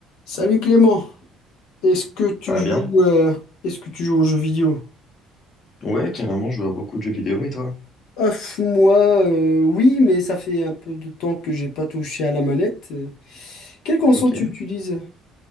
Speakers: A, on the left; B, on the left.
A: Salut Clément, est-ce que tu
B: Ça va
A: joues,
B: bien?
A: euh, est-ce que tu joues aux jeux vidéo?
B: Ouais, carrément, je vois beaucoup de jeux vidéo et toi?
A: Ouf, moi, euh, oui, mais ça fait un peu de temps que j'ai pas touché à la manette. Euh, Quelle console
B: Ok.
A: tu utilises?